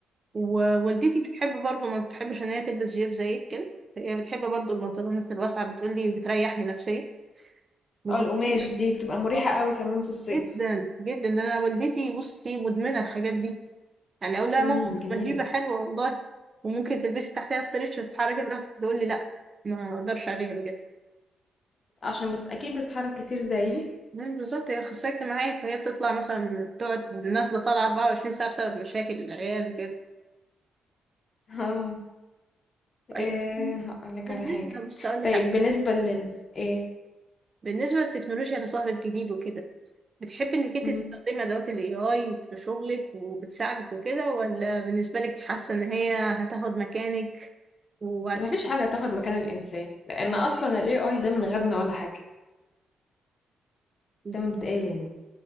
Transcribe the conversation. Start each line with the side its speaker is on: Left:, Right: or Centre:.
Right: ووالدتي بتحب برضو ما بتحبش ان هي تلبس جيب زيك كده هي بتحب برضو البنطلونات الواسعه بتقولي بتريحني نفسيا وهو-
Left: اه القماش دي بتبقى مريحة
Right: آه،
Left: قوي كمان في الصيف
Right: جدا جدا ده انا والدتي بصي مدمنه الحاجات دي يعني اقول لها
Left: امم
Right: ماما
Left: جميلة
Right: ما جيبه حلوه والله وممكن تلبسي تحتها ستريتش وتتحركي براحتك تقول لي لا ما اقدرش عليها بجد
Left: عشان بس اكيد بتتحرك كتير زيي
Right: مم، بالظبط هي اخصائيه اجتماعيه فهي بتطلع مثلا تقعد نازله طالعه 24 ساعه بسبب مشاكل العيال وكده
Left: <laughs> اه ايه
Right: طيب
Left: هقول لك
Right: بالنسبه
Left: على حاجة
Right: بص اقول لك
Left: طيب
Right: على
Left: بالنسبة
Right: حاجه
Left: لل ايه
Right: بالنسبه للتكنولوجيا اللي ظهرت جديد وكده بتحبي انك انت
Left: مم.
Right: تستخدمي ادوات الاي اي في شغلك وبتساعدك وكده ولا بالنسبه لك حاسه ان هي هتاخد مكانك وهتستبدلك
Left: مفيش حاجة تاخد مكان الانسان لان اصلا ال AI ده من غيرنا ولا حاجة
Right: بالظبط
Left: ده مبدئيا